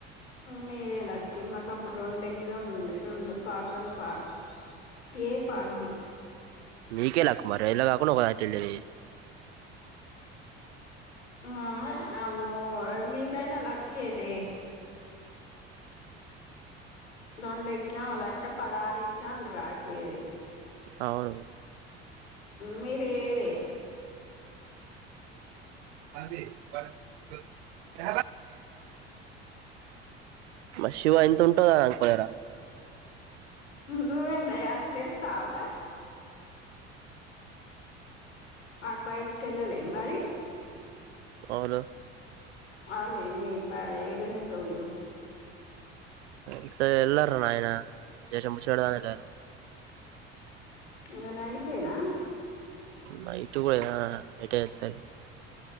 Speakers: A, on the left; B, on the right.
A: మీరే లక్కీ మాకు అప్పుడు రెండు ఎగ్దామ్ లు ఉండే రెండు part one part A part B
B: మీకె లక్ మరి ఏళ్ల కాకుంటే ఒకళ వచ్చిండేది.
A: ఆ అమ్మో మీ కయనా లక్కేలే రెండు ఎగ్జాములు అట్ట పదహారు ఎగ్జాములు రాసేది
B: అవును
A: మీరేడే
B: పంది బట్ గుట్ మ శివ ఇంత ఉంటుందా. పోయారా
A: నువ్వే ఎందయ్య ఆనిక్ తెస్తవురా అడ్ బయటికి ఎల్లలే మరి
B: అవును
A: అలే మీ ప ఎదురింటోళ్ళు
B: ఈ సారి వెళ్ళరురా నాయన జెర్షెప్ ముచ్చాడవేడదామని ఎల్లారు.
A: ఓ నైటేనా
B: నైట్ కూడా నా ఎటు ఎల్తే